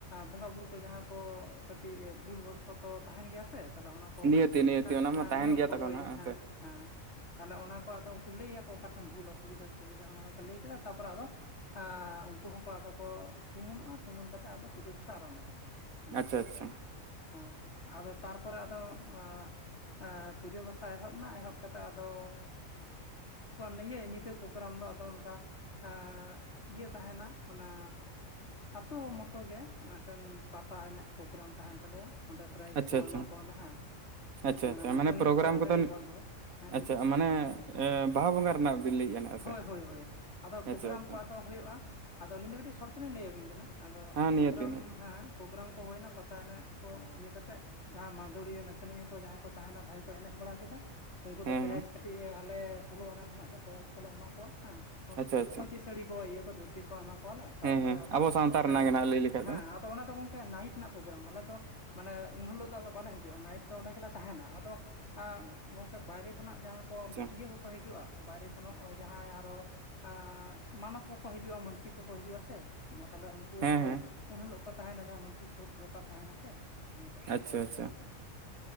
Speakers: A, on the left; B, on the right.
A: ᱵᱚᱸᱜᱟ ᱵᱩᱨᱩ ᱠᱚ ᱡᱟᱦᱟᱸ ᱠᱚ ᱠᱟᱹᱴᱤᱡ ᱵᱷᱩᱞ ᱵᱚᱥᱚᱛᱚ ᱛᱟᱦᱮᱸᱱ ᱜᱮᱭᱟ ᱥᱮ ᱛᱟᱦᱞᱮ ᱚᱱᱟ ᱠᱚ
B: ᱱᱤᱭᱟᱹᱛᱤ ᱱᱤᱭᱟᱹᱛᱤ ᱚᱱᱟ
A: ᱦᱮᱸ
B: ᱢᱟ ᱛᱟᱦᱮᱱ
A: ᱱᱤᱭᱚᱢ
B: ᱜᱮᱭᱟ
A: ᱠᱚ
B: ᱛᱟᱠᱚ
A: ᱦᱳᱭ
B: ᱱᱟᱦᱟᱜ ᱦᱮᱸᱥᱮ
A: ᱦᱮᱸ ᱦᱮᱸ᱾ ᱛᱟᱦᱞᱮ ᱚᱱᱟ ᱠᱚ ᱟᱫᱚ ᱩᱱᱠᱩ ᱞᱟᱹᱭ ᱟᱠᱚ ᱚᱠᱟᱴᱷᱮᱱ ᱵᱷᱩᱞ ᱚᱥᱩᱵᱤᱫᱟ, ᱥᱩᱵᱤᱫᱟ᱾ ᱚᱱᱟ ᱠᱚ ᱞᱟᱹᱭ ᱠᱮᱫᱟ ᱛᱟᱨᱯᱚᱨᱮ ᱟᱫᱚ ᱟᱸᱻ ᱩᱱᱠᱩ ᱦᱚᱸᱠᱚ ᱟᱫᱚ ᱠᱚ ᱥᱩᱢᱩᱱᱚᱜᱼᱟ᱾ ᱥᱩᱢᱩᱱ ᱠᱟᱛᱮ ᱟᱫᱚ ᱯᱩᱡᱟᱹ ᱯᱟᱥᱟ ᱟᱨᱟᱢᱵᱷᱚᱜᱼᱟ᱾ ᱦᱮᱸ
B: ᱟᱪᱪᱷᱟ, ᱟᱪᱪᱷᱟ᱾
A: ᱦᱮᱸ ᱟᱫᱚ ᱛᱟᱨᱯᱚᱨᱮ ᱟᱫᱚ ᱮᱸᱜ ᱮᱸ ᱯᱩᱡᱟᱹ ᱵᱟᱥᱟ ᱮᱦᱚᱵ ᱮᱱᱟ, ᱮᱦᱚᱵ ᱠᱟᱛᱮ ᱟᱫᱚ ᱮᱸᱜ ᱤᱭᱟᱹ ᱧᱤᱫᱟᱹ ᱯᱨᱳᱜᱨᱟᱢ ᱫᱚ ᱟᱫᱚ ᱱᱚᱝᱠᱟ ᱮᱸᱜ ᱤᱭᱟᱹ ᱛᱟᱦᱮᱸᱱᱟ᱾ ᱚᱱᱟ ᱟᱹᱛᱩ ᱢᱚᱛᱚ ᱜᱮ᱾ ᱢᱤᱫᱴᱮᱱ ᱯᱟᱛᱟ ᱮᱱᱮᱡ ᱯᱨᱳᱜᱨᱟᱢ ᱛᱟᱦᱮᱸᱱ ᱛᱟᱞᱮᱭᱟ᱾ ᱚᱸᱰᱮ ᱯᱨᱟᱭᱤᱡᱽ
B: ᱟᱪᱪᱷᱟ
A: ᱠᱚ
B: ᱟᱪᱪᱷᱟ
A: ᱮᱢᱟ ᱠᱚᱣᱟᱞᱮ ᱦᱮᱸ᱾
B: ᱟᱪᱪᱷᱟ, ᱟᱪᱪᱷᱟ,
A: ᱱᱟᱪᱚᱱᱤᱭᱟᱹ
B: ᱢᱟᱱᱮ ᱯᱨᱳᱜᱨᱟᱢ
A: ᱠᱚ ᱢᱟᱹᱫᱟᱹᱲᱤᱭᱟᱹ
B: ᱠᱚᱫᱚ
A: ᱠᱚ ᱦᱳᱭ ᱦᱮᱸ ᱞᱟᱹᱭ
B: ᱟᱪᱪᱷᱟ
A: ᱵᱤᱱ
B: ᱢᱟᱱᱮ ᱵᱟᱦᱟ ᱵᱚᱸᱜᱟ ᱨᱮᱱᱟᱜ ᱵᱤᱱ ᱞᱟᱹᱭᱮᱫᱼᱟ?
A: ᱦᱳᱭ
B: ᱥᱮ
A: ᱦᱳᱭ ᱦᱳᱭ, ᱟᱫᱚ ᱯᱨᱳᱜᱨᱟᱢ
B: ᱟᱪᱪᱷᱟ ᱟᱪᱪᱷᱟ
A: ᱠᱚ ᱟᱫᱚ ᱦᱳᱭᱳᱜᱼᱟ᱾ ᱟᱫᱚ ᱟᱹᱞᱤᱧ ᱫᱚ ᱠᱟᱹᱴᱤᱡ ᱥᱚᱴ ᱛᱮᱞᱤᱧ ᱞᱟᱹᱭᱟᱵᱤᱱ ᱠᱟᱱᱟ᱾ ᱟᱫᱚ
B: ᱦᱮᱸ
A: ᱯᱨᱚᱜᱨᱟᱢ
B: ᱱᱤᱦᱟᱹᱛᱤ ᱱᱤᱦᱟᱹᱛᱤ
A: ᱦᱮᱸ ᱯᱨᱚᱜᱨᱟᱢ ᱠᱚ ᱦᱩᱭᱱᱟ᱾ ᱯᱟᱛᱟ ᱮᱱᱮᱡ ᱠᱚ ᱤᱭᱟᱹ ᱠᱟᱛᱮᱫ ᱡᱟᱦᱟᱸ ᱢᱟᱫᱚᱲᱤᱭᱟᱹ ᱱᱟᱪᱚᱱᱤᱭᱟᱹ ᱠᱚ ᱡᱟᱦᱟᱸᱭ ᱠᱚ ᱛᱟᱦᱮᱸᱱᱟ, ᱵᱷᱟᱹᱜᱮ ᱠᱚ ᱮᱱᱮᱡ ᱵᱟᱲᱟ ᱠᱮᱫᱟ᱾ ᱩᱱᱠᱩ
B: ᱦᱮᱸ
A: ᱫᱚ ᱯᱨᱟᱭᱤᱡᱽ
B: ᱦᱮᱸ
A: ᱠᱟᱹᱴᱤᱡ ᱟᱞᱮ ᱥᱳᱞᱳ ᱟᱱᱟ ᱠᱷᱚᱱᱟᱜ ᱜᱮ ᱯᱨᱟᱭᱤᱡᱽ ᱠᱚᱞᱮ ᱮᱢᱟ ᱠᱚᱣᱟ ᱦᱮᱸ,
B: ᱟᱪᱪᱷᱟ ᱟᱪᱪᱷᱟ
A: ᱯᱚᱸᱪᱤᱥ ᱥᱟᱹᱲᱤ ᱠᱚ, ᱤᱭᱟᱹ ᱠᱚ, ᱫᱷᱩᱛᱤ ᱠᱚ ᱮᱢᱟ ᱠᱚᱣᱟᱞᱮ ᱛᱟᱯᱚᱨᱮ
B: ᱦᱮᱸ ᱦᱮᱸ
A: ᱟᱫᱚ
B: ᱟᱵᱚ ᱥᱟᱶᱛᱟ ᱨᱮᱱᱟᱜ
A: ᱦᱮᱸ
B: ᱜᱮ ᱱᱟᱦᱟᱜ ᱞᱟᱹᱭ ᱞᱮᱠᱷᱟᱡ
A: ᱦᱮᱸ
B: ᱫᱚ
A: ᱟᱫᱚ ᱚᱱᱟ ᱫᱚ ᱜᱚᱝᱠᱮ ᱱᱟᱭᱤᱴ ᱨᱮᱱᱟᱜ ᱯᱨᱚᱜᱨᱟᱢ ᱟᱞᱮ ᱫᱚ ᱢᱟᱱᱮ ᱩᱱ ᱦᱤᱞᱳᱜ ᱫᱚ ᱵᱟᱞᱮ ᱦᱤᱡᱩᱜᱼᱟ᱾ ᱱᱟᱭᱤᱴ ᱫᱚ ᱚᱸᱰᱮ ᱜᱮᱞᱮ ᱛᱟᱦᱮᱱᱟ᱾ ᱟᱫᱚ ᱜᱚᱝᱠᱮ, ᱵᱟᱭᱨᱮ ᱠᱷᱚᱱᱟᱜ ᱡᱟᱦᱟᱸ ᱠᱚ
B: ᱟᱪᱪᱷᱟ
A: ᱤᱭᱟᱹ ᱠᱚᱠᱚ ᱦᱤᱡᱩᱜᱼᱟ᱾ ᱵᱟᱭᱨᱮ ᱠᱷᱚᱱᱟᱜ ᱡᱟᱦᱟᱸᱭ ᱟᱨᱚ ᱮ ᱢᱟᱱᱚᱛ ᱠᱚᱠᱚ ᱦᱤᱡᱩᱜᱼᱟ, ᱢᱟᱱᱥᱤ ᱠᱚᱠᱚ ᱦᱤᱡᱩᱜᱼᱟ ᱥᱮ ᱛᱟᱦᱚᱞᱮ ᱩᱱᱠᱩ
B: ᱦᱮᱸ
A: ᱟᱨᱚ
B: ᱦᱮᱸ
A: ᱩᱱ ᱦᱤᱞᱳᱜ ᱠᱚ ᱛᱟᱦᱮᱸᱱᱟ᱾ ᱡᱟᱦᱟᱸᱭ ᱢᱟᱱᱚᱥᱤᱠ ᱥᱳᱫ ᱵᱮᱯᱟᱨ ᱛᱟᱦᱮᱸᱱᱟ ᱥᱮ ᱚᱱᱠᱟ
B: ᱟᱪᱪᱷᱟ ᱟᱪᱪᱷᱟ